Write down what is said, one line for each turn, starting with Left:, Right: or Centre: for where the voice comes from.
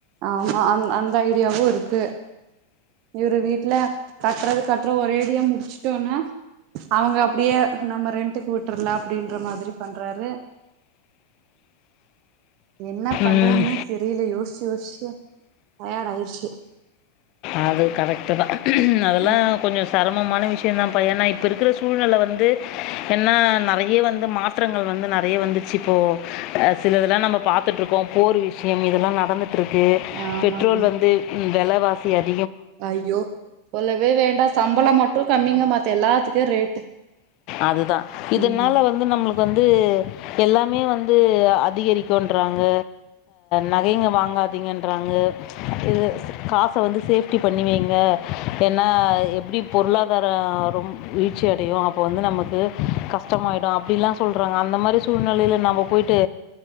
Right: ஆமா அந் அந்த ஐடியாவு இருக்கு இவரு வீட்டு்ல கட்டுறது கட்டுற ஒரே ஐடியா முடிச்சுட்டோனா அவங்க அப்படியே நம்ம ரெண்ட்டக்கு விட்டுரல அப்படின்ற மாதிரி பண்றாரு என்ன பண்றதுனே
Left: ம்
Right: தெரியல யோசிச் யோசிச்சு டயர்ட் ஆயிடுச்சு
Left: அது கரெக்ட் தா அதெல்லா
Right: ம்
Left: கொஞ்சம் சிரமமான விஷயம் தான்பா ஏன்னா இப்ப இருக்கிற சூழ்நிலையில வந்து என்னா நிறைய வந்து மாற்றங்கள் வந்து நிறைய வந்துச்சு இப்போ சிலதெல்லாம் நம்ம பாத்துட்டு இருக்கோம் போர் விஷயம் இதெல்லாம் நடந்து இருக்கு
Right: ஆமாங்க
Left: பெட்ரோல் வந்து விலவாசி <unintelligible>
Right: ஐயோ சொல்லவே வேண்டா சம்பள மட்டும் கம்மிங்க மாத்த எல்லாத்துக்கும் ரேட்டு்
Left: அதுதான் இதனால்
Right: உம்
Left: வந்து நம்மளுக்கு வந்து எல்லாமே வந்து அதிகரிக்குன்றாங்க நகைங்க வாங்காதீங்கன்றாங்க இது காசு இப்ப வந்து சேப்டி பண்ணி வைங்க ஏன்னா எப்படி பொருளாதார ரொம்ப வீழ்ச்சி அடையும் அப்போ வந்து நமக்கு கஷ்டமா ஆய்டும் அப்படி எல்லா சொல்லுறாங்க அந்த மாதிரி சூழ்நிலையில நம்ம போய்ட்டு